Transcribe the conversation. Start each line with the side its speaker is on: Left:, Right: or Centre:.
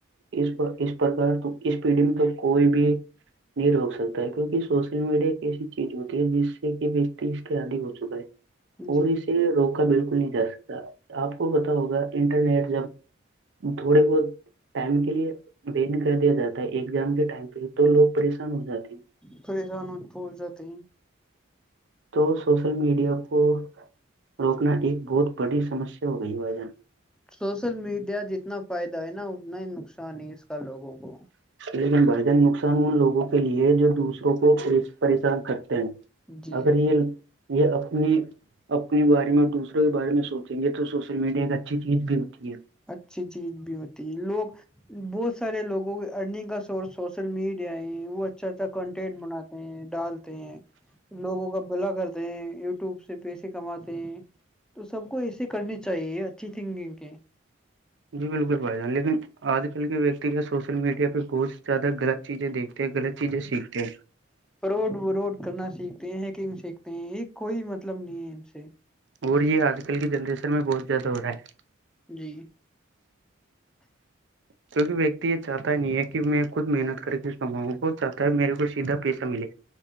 Right: اس پر اس پرک تو اس پیڑھی میں تو کوئی بھی نہیں روک سکتا ہے کیونکہ سوشل میڈیا ایک ایسی چیز ہوتی ہے جس سے کہ اس کے عدھی ہو چکا ہے اور
Centre: جی
Right: اسے روکا بالکل نہیں جا سکتا آپ کو پتا ہوگا انٹرنیٹ جب تھڑے بہت ٹائم کے لیے وین کر دیا جاتا ہے ایگزام کے ٹائم پہ لیے تو لوگ پریشان ہو جاتے ہیں
Centre: پریسان بھول جاتتے ہیں
Right: تو سوشل میڈیا کو روکنا ایک بہت بڑی سمسیا ہو گئی وجہاں
Centre: سوشل میڈیا جتنا فائدہ ہے نا اتنا ہی نقصان ہی اس کا لوگوں کو
Right: لیکن بڑجن نقصان ان لوگوں کے لیے جو دوسروں کو پریشان کرتے ہیں
Centre: جی
Right: اگر یہ یہ اپنی اپنے بارے میں اور دوسروں کے بارے میں سوچیں گے تو سوشل میڈیا ایک اچھی چیز بھی ہوتی ہے
Centre: اچھی چیز بھی ہوتی ہے لوگ بہت سارے لوگوں کے ارننگ کا سورس سوشل میڈیا ہے وہ اچ کنٹینٹ م ڈال ہیں لوگوں کا بھلا کرتے ہیں یوٹیوب سے پیسے کماتے ہیں تو سب کو ایسے کرنی چاہیے اچھی تھنکنگ کے
Right: جی بالکل بھائی جان لیکن آج کل کے ویکتی سوشل میڈیا پہ بہت زیادہ غلط چیزیں دیکھتے ہیں لط چیزیں سیکھتے ہیں
Centre: پروڈ ووڈ کرنا سیکھتے ہیں ہیکنگ سیکھتے ہیں یہ کوئی مطلب نہیں ہے ان سے
Right: اور یہ آج کل کی جنریشن میں بہت زیادہ ہو رہا ہے
Centre: جی
Right: کیونکہ ویکتی یہ چاہتا نہیں ہے کہ میں خود محنت کر کے کماؤں وہ چاہتا ہے میرے کو سیدھا پیسا ملے